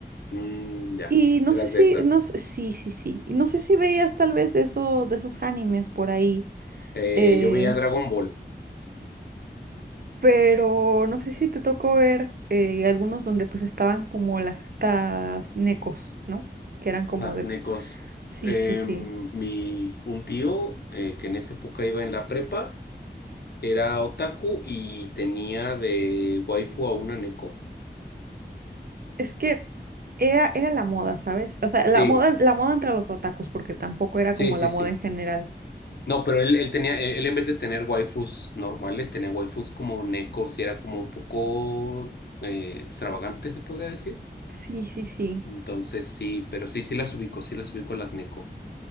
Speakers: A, on the left; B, on the right.
A: Mm, ya,
B: Y no
A: eras
B: sé si,
A: de esas.
B: no, s- sí, sí, sí. Y no sé si veías tal vez de esos, de esos animes por ahí
A: Eh,
B: eh,
A: yo veía Dragon Ball,
B: pero no sé si te tocó ver eh, algunos donde pues estaban como las estas necos, ¿no? Que eran como
A: las
B: de...
A: necos.
B: Sí,
A: Em,
B: sí, sí.
A: mi, un tío eh, que en esa época iba en la prepa. Era otaku y tenía de waifu a una neko.
B: Es que era, era la moda, ¿sabes? O sea, la
A: Sí,
B: moda, la moda entre los otakus, porque tampoco era
A: sí,
B: como
A: sí,
B: la moda
A: sí.
B: en general.
A: No, pero él, él tenía, él él en vez de tener waifus normales, tenía waifus como nekos y era como un poco eh, extravagante, se podría decir.
B: Sí, sí, sí.
A: Entonces sí, pero sí, sí las ubico, sí las ubico a las neko.